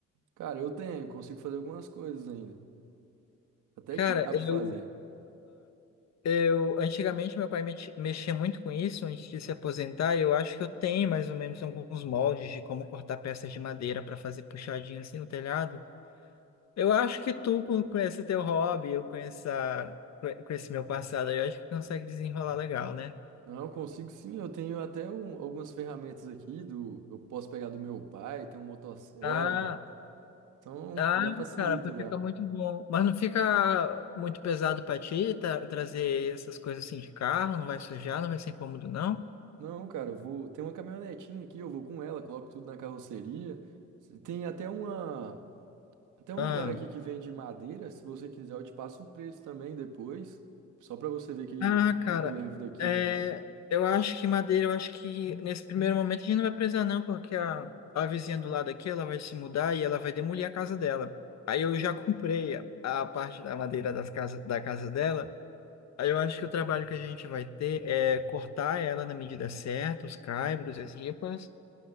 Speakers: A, on the right (about 80°); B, on the left (about 60°).
A: Cara, eu tenho, consigo fazer algumas coisas ainda. Até
B: Cara,
A: que dá pra
B: eu
A: fazer.
B: eu antigamente meu pai mex- mexia muito com isso antes de se aposentar, e eu acho que eu tenho mais ou menos alguns moldes de como cortar peças de madeira para fazer puxadinho assim no telhado. Eu acho que tu com, com esse teu hobby, eu com essa com esse meu passado, aí, eu acho que consegue desenrolar legal, né?
A: Não, eu consigo sim. Eu tenho até um- algumas ferramentas aqui do, eu posso pegar do meu pai, tem um motosserra.
B: Ah,
A: Então
B: Ah,
A: já facilita
B: cara,
A: já.
B: fica muito bom. Mas não fica muito pesado pra ti tra- trazer essas coisas assim de carro? Não vai sujar, não vai ser incômodo, não?
A: Não, cara, eu vou. Tem uma caminhonetinha aqui, eu vou com ela, coloco tudo na carroceria. Tem até uma. Até um
B: Ah,
A: lugar aqui que vende madeira. Se você quiser, eu te passo o preço também depois. Só pra você ver que,
B: ah,
A: o
B: cara,
A: que é que eu levo daqui
B: é,
A: também.
B: eu acho que madeira, eu acho que nesse primeiro momento a gente não vai precisar, não, porque a, a vizinha do lado aqui, ela vai se mudar e ela vai demolir a casa dela. Aí eu já comprei a, a parte da madeira das casa, da casa dela. Aí eu acho que o trabalho que a gente vai ter é cortar ela na medida certa, os caibros, as ripas.